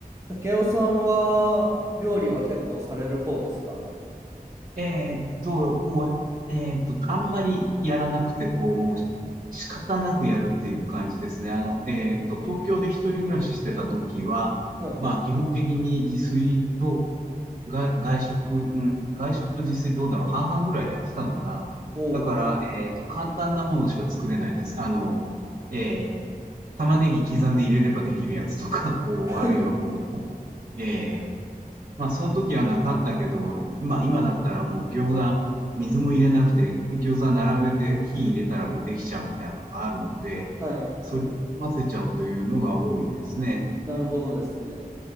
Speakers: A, on the right (about 20°); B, on the right (about 55°).
A: 竹雄さんは料理は結構される方ですか
B: えーっと、もう、えーっと、あんまりやらなくて、こう、もうし仕方なくやるっていう感じですね。あの、えーっと、東京で一人暮らししてた時は、
A: はい。
B: まあ、基本的に自炊と外、外食、うん、外食と自炊どうだろう、半々ぐらいでやってたのかな。
A: おお。
B: だから、えーっと、簡単なものしか作れないです。あの、えー、玉ねぎ刻んで入れればできるやつとか、こう、
A: <laughs>
B: あるいはこう、えーまあ、その時はなかったけど、今、今だったらもう餃子、水も入れなくて、餃子並べて火入れたらもうできちゃうみたいなのがあるので、
A: はい。
B: それを混ぜちゃうというのが多いですね。
A: なるほどですね。